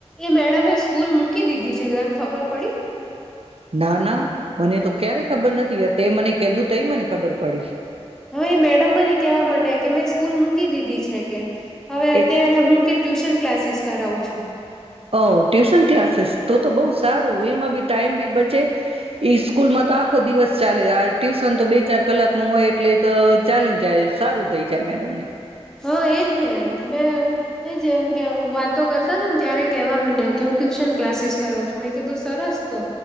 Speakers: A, in the centre; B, on the right (about 60°).
A: એ મેડમ એ સ્કૂલ મૂકી દીધી છે, કેમ ખબર પડી?
B: ના ના મને તો ક્યારેય ખબર નથી. તે મને કીધું તઈ મને ખબર પડી.
A: હવે એ મેડમ મને કેવા મંડ્યા કે મેં સ્કૂલ મૂકી દીધી છે કે હવે અત્યારે
B: એ
A: હું કે ટ્યુશન ક્લાસીસ કરાવું છું.
B: ઓ, ટ્યુશન ક્લાસીસ તો તો બઉ સારું એમાં બી ટાઈમ બી બચે, ઈ સ્કૂલમાં તો આખો દિવસ ચાલે, આ ટ્યુશન તો બે ચાર કલાક નું હોય, એટલે તો ચાલ્યું જાય, સારું થઈ જાય મેડમને
A: હા, એજ ને એમ મે એજમ કે વાતો કરતા હતા ને ત્યારે કેવા માંડ્યા, કે હું ટ્યુશન ક્લાસીસ કરાવું છું. મેં કીધું સરસ તો